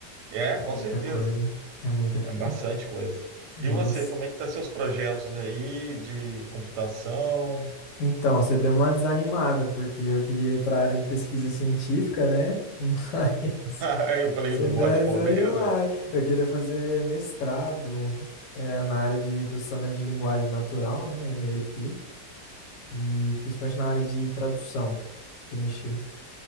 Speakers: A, on the right (about 70°); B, on the left (about 75°).
A: é, com
B: Muita
A: certeza.
B: coisa. É muita coisa.
A: É bastante coisa.
B: Nossa.
A: E você, como é que tá seus projetos aí de computação?
B: Então, você deu uma desanimada, porque eu queria ir para a área de pesquisa científica, né? <laughs> Mas
A: <laughs> Eu falei
B: você
A: do
B: me
A: voto
B: deu uma
A: de pobreza,
B: desanimada. Eu queria fazer mestrado, eh, na área de processamento de linguagem natural, né? NLP, e principalmente na área de tradução, de mexer